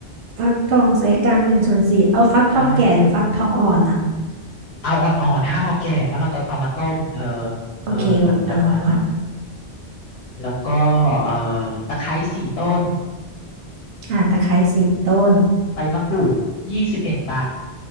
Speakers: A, on the right; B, on the left.
A: ฟักทองไซส์กลางหนึ่งส่วนสี่เอาฟักทองแก่หรือฟักทองอ่อนอ่ะ
B: ใช่เอาอ่อนๆห้ามเอาแก่ เพราะเราจะเอามาต้มเธอเออเดี๋ยวมันเดี๋ยวมานอันนั้น
A: โอเคเอาอ่อนๆเนาะ
B: แล้วก็เอ่อตะไคร้สี่ต้น
A: อ่าตะไคร้สิบต้น
B: ใบมะกรูดยี่สิบเอ็ดใบ